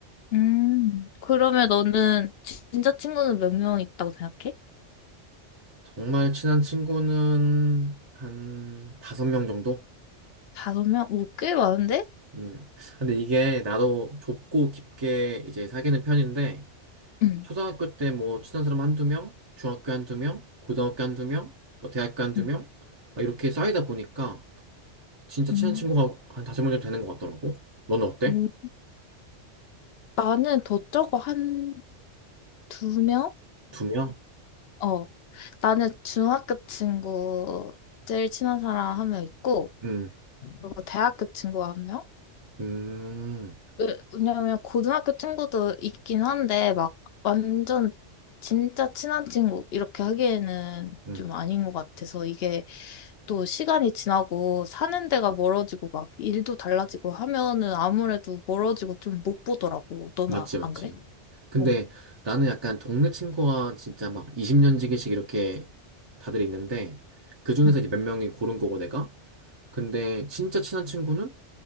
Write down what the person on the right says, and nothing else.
정말 친한 친구는 한 다섯 명 정도?
음. 근데 이게 나도 좁고 깊게 이제 사귀는 편인데,
초등학교 때 뭐 친한 사람 한두 명, 중학교 한두 명, 고등학교 한두 명, 뭐 대학교 한두
명, 막 이렇게 쌓이다 보니까 진짜 친한
친구가 한 다섯 명 정도 되는 것 같더라고. 너는 어때?
두 명?
음,
음,
음.
맞지,
맞지.
근데
나는 약간 동네 친구가 진짜 막 20년 지기씩 이렇게 다들 있는데, 그 중에서
이제 몇 명이 고른 거고 내가? 근데 진짜 친한 친구는